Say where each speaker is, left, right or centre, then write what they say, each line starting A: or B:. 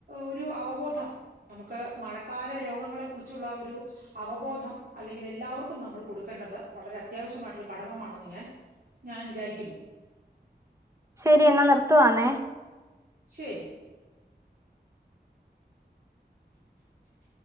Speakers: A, on the right; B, on the right.
A: ഒരു അവബോധം നമുക്ക് മഴക്കാല രോഗങ്ങളെ കുറിച്ചുള്ള ഒരു അവബോധം അല്ലെങ്കിൽ എല്ലാവർക്കും നമ്മൾ കൊടുക്കേണ്ടത് വളരെ അത്യാവശ്യമായിട്ടുള്ള ഘടകമാണെന്ന് ഞാൻ ഞാൻ വിചാരിക്കുന്നു
B: ശരി എന്നാ നിർത്തുവാന്നേ
A: ശെരി <inaudible>